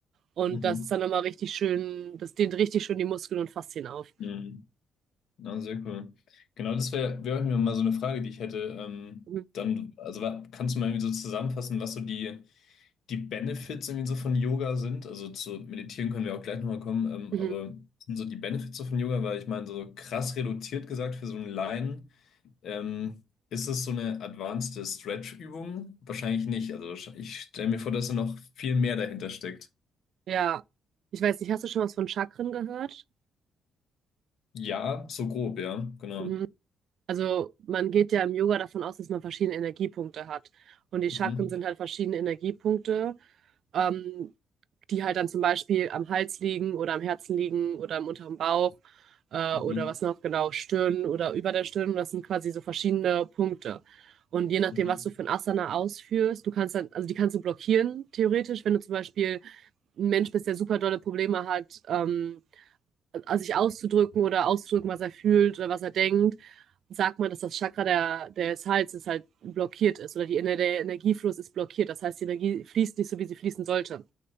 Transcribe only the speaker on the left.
Mhm.
Mhm. Na, sehr cool. Genau, das wäre wär wär auch mir mal so eine Frage, die ich hätte. Ähm,
dann, also wa- kannst du mal irgendwie so zusammenfassen, was so die die Benefits irgendwie so von Yoga sind. Also zu meditieren können wir auch gleich nochmal kommen, ähm,
aber was sind so die Benefits so von Yoga, weil ich meine, so krass reduziert gesagt für so einen Laien, ähm, ist es so eine advanced Stretch-Übung? Wahrscheinlich nicht. Also wahrsch- ich stelle mir vor, dass da noch viel mehr dahinter steckt.
Ja, so grob, ja, genau.
Mhm.
Mhm.
Mhm.